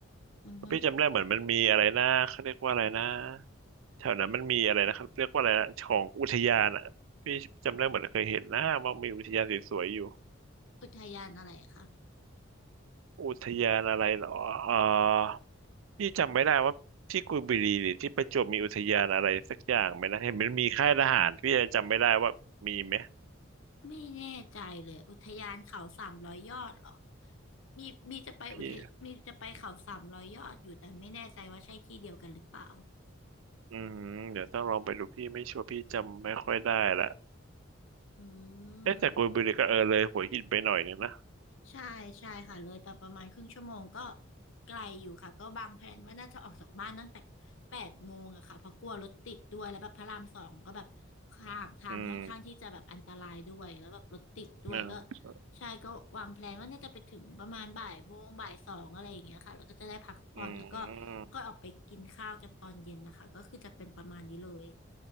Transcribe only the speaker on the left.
อือฮึ
อุทยานอะไรอะคะ
ไม่แน่ใจเลยอุทยานเขาสามร้อยยอดเหรอมีมีจะไปอุทยมีจะไปเขาสามร้อยยอดอยู่แต่ไม่แน่ใจว่าใช่ที่เดียวกันหรือเปล่า
อื
มใช่ใช่ค่ะเลยไปประมาณครึ่งชั่วโมงก็ไกลอยู่ค่ะก็บางแพลนว่าน่าจะออกจากบ้านตั้งแต่แปดโมงอะค่ะเพราะกลัวรถติดด้วยแล้วแบบพระรามสองก็แบบทางทางค่อนข้างที่จะแบบอันตรายด้วยแล้วแบบรถติดด้วยก็
ใช่ก็วางแพลนว่าน่าจะไปถึงประมาณบ่ายโมงบ่ายสองอะไรอย่างเงี้ยค่ะแล้วก็จะได้พักผ่อนแล้วก็
ก็ออกไปกินข้าวกันตอนเย็นนะคะก็คือจะเป็นประมาณนี้เลย